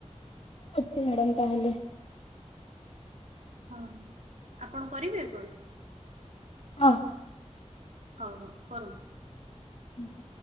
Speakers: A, on the left (about 55°); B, on the right (about 85°).
A: ଅଛି ମ୍ୟାଡ଼ାମ ତାହେଲେ।
B: ହଁ ଆପଣ କରିବେ କଲ୍?
A: ହଁ, ହଁ।
B: ହୋଉ ହୋଉ କରନ୍ତୁ।
A: ହୁଁ।